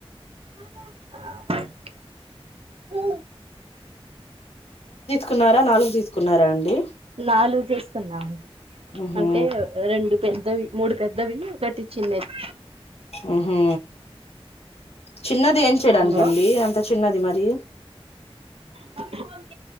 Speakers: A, on the right; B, on the left.
A: అ ఊ
B: కున్నారా నాలుగు తీసుకున్నారా అండి
A: నాలుగు తీసుకున్నామండి
B: ఉహు
A: అంటే రెండు పెద్దవి మూడు పెద్దవి కటి చిన్నది
B: ఊహు చిన్నది ఏం చేయడానికండీ
A: లో
B: అంత చిన్నది మరి
A: <inaudible>